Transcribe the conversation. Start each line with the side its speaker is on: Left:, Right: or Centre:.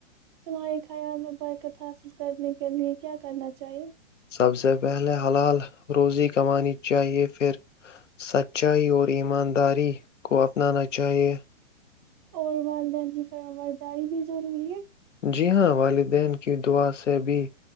Right: تمہارے خیال میں برکت حاصل کرنے کے لیے کیا کرنا چاہیے
Left: سب سے پہلے حلال روزی کمانی چاہیے پھر سچائی اور ایمانداری کو اپنانا چاہیے
Right: اور والدین کی فرمرداری بھی ضروری ہے
Left: جی ہاں والدین کی دعا سے بھی